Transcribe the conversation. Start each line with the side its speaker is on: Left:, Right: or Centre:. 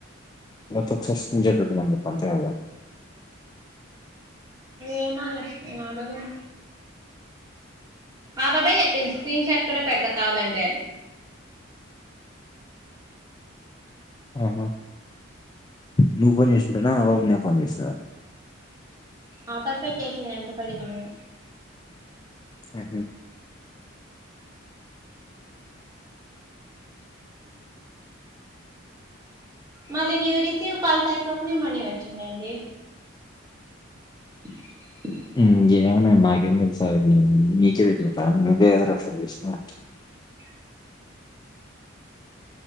Left: గత సష్టంజ అంతే కదా
Right: ఎమోలే నేను అడగను ఆ పాపే చెప్పింది స్క్రీన్ షాట్ కూడా పెడతా కావాలంటే అని
Left: ఆహా నువ్వు ఫోన్ చేస్తుంటానా అ పాపే ఫోన్ చేసన్నా
Right: ఆ పాపే చేసింది ఎంత పడింది అని
Left: <unintelligible>
Right: మళ్ళీ నీవు రిసీవ్ కాల్స్ అయిపోకనే మనీ వచ్చిందండి <inaudible>
Left: హామ్ ఏమోనే నాకేం తెలుసా అవి అని నీకే తెలియా నువే కదరా రెఫెర్ చేసినవి
Right: <inaudible>